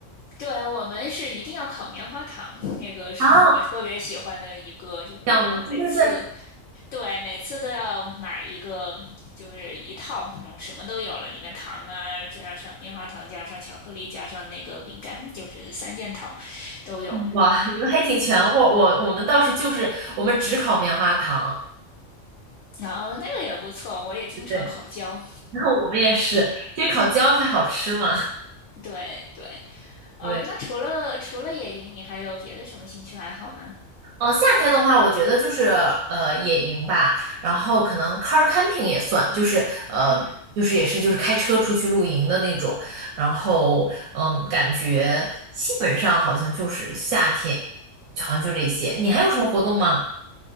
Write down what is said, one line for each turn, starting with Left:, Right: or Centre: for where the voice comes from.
Left: 对，我们是一定要烤棉花糖，那个是我特别喜欢的一个，
Right: 啊，
Left: 就是我们每次
Right: 项目，对对对，
Left: 对每次都要买一个，就是一套，嗯什么都有了，里面糖啊，加上棉花糖，加上巧克力，加上那个饼干，就是三件套都有。
Right: 哇，<laughs> 你们还挺全乎，我我们倒是就是我们只烤棉花糖，
Left: 然后那个也不错，我也经常烤焦。
Right: 对，然后我们也是，其实烤焦才好吃嘛。
Left: 对对，嗯，
Right: 对，
Left: 那除了除了野营，你还有别的什么兴趣爱好吗？
Right: 嗯、夏天的话，我觉得就是呃野营吧，然后可能 car camping 也算，就是呃就是也是就是开车出去露营的那种，
Left: 嗯
Right: 然后嗯，感觉基本上好像就是夏天，好像就这些。你还有什么活动吗？